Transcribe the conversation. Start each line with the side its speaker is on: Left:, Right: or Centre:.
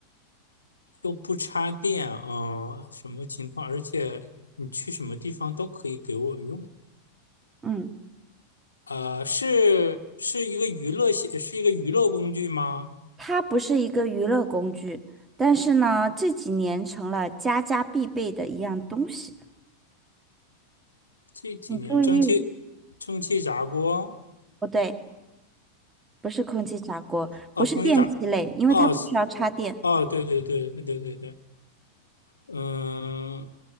Left: 又不插电，嗯、什么情况？而且你去什么地方都可以给我用，
Right: 嗯，
Left: 呃，是是一个娱乐系，是一个娱乐工具吗？
Right: 它不是一个娱乐工具，但是呢，这几年成了家家必备的一样东西。
Left: 这几年蒸汽
Right: 你注意，
Left: 蒸汽炸锅
Right: 不对。不是空气炸锅，
Left: 哦，
Right: 不是电器类，
Left: 空气炸
Right: 因为它不需要插电。
Left: 哦是哦，对对对对对对，嗯，